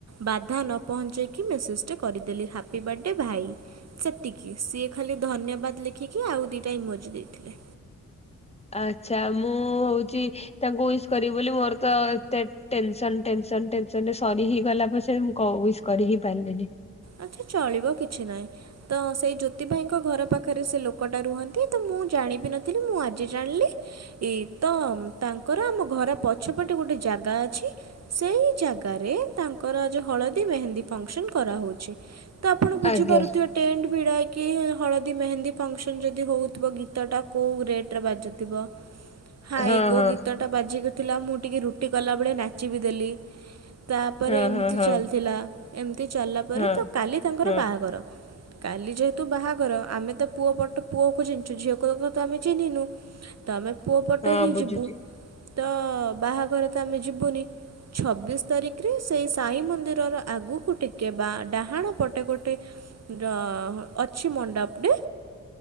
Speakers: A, on the right (about 45°); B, on the left (about 15°).
A: ବାଧା ନ ପହଞ୍ଚାଇକି ମେସେଜ୍ ଟା କରିଦେଲି, ହାପି ବାର୍ଥଡେ ଭାଇ ସେତିକି ସିଏ ଖାଲି ଧନ୍ୟବାଦ ବାଦ ଲେଖିକି ଆଉ ଦିଟା ଇମୋଜି ଦେଇଥିଲେ।
B: ଆଚ୍ଛା ମୁଁ ହଉଚି ତାଙ୍କୁ ଉଇସ୍ କରିବି ବୋଲି ମୋର ତ ଏତେ ଟେନସନ ଟେନସନ ଟେନ୍‌ସନ ରେ ସରିହିଁ ଗଲା ପଛେ ମୁଁ ଉଇସ୍ କରି ହିଁ ପାରିଲିନି।
A: ଆଚ୍ଛା ଚଳିବ କିଛି ନାହିଁ ତ ସେଇ ଜ୍ୟୋତି ଭାଇଙ୍କ ଘର ପାଖରେ ସେ ଲୋକଟା ରୁହନ୍ତି ତ ମୁଁ ଜାଣି ନଥିଲି ମୁଁ ଆଜି ଜାଣିଲି ଇ ତ ତାଙ୍କର ଆମ ଘର ପଛପଟେ ଗୋଟେ ଜାଗା ଅଛି, ସେଇ ଜାଗାରେ ତାଙ୍କର ଆଜି ହଳଦୀ ମେହେନ୍ଦୀ ଫଙ୍କସନ କରାହଉଚି। ତ ଆପଣ ବୁଝିପାରୁଥିବେ
B: ଆଜ୍ଞା
A: ଟେଣ୍ଟ ବିଡ଼ା କି ହଳଦୀ ମେହେନ୍ଦୀ ଫଙ୍କସନ୍ ଯଦି ହଉଥିବ ଗୀତଟା କଉଁ ରେଟ୍ ରେ ବାଜୁଥିବ। ହାଇଗୋ
B: ହଁ ହଁ
A: ଗୀତଟା ବାଜିକି ଥିଲା ମୁଁ ଟିକେ ରୁଟି କଲାବେଳେ ନାଚିବି ଦେଲି। ତାପରେ
B: ହଁ
A: ଏମିତି
B: ହଁ ହଁ
A: ଚାଲିଥିଲା ଏମିତି ଚାଲିଲା ପରେ
B: ହଁ
A: ତ କାଲି ତାଙ୍କର
B: ହଁ
A: ବାହାଘର। କାଲି ଯେହେତୁ ବାହାଘର ଆମେ ତ ପୁଅ ପଟ ପୁଅକୁ ଚିହ୍ନଚୁ, ଝିଅକୁ କଥା ତ ଆମେ ଚିହ୍ନିନୁ ତ ଆମେ ପୁଅପଟେ
B: ହଁ
A: ହିଁ
B: ବୁଝୁଛି।
A: ଯିବୁ ତ ବାହାଘରେ ତ ଆମେ ଯିବୁନି। ଛବିଶ ତାରିଖରେ ସେଇ ସାଇ ମନ୍ଦିରର ଆଗକୁ ଟିକେ ବା ଡାହାଣ ପଟେ ଗୋଟେ ଅ ଅଛି ମଣ୍ଡପଟେ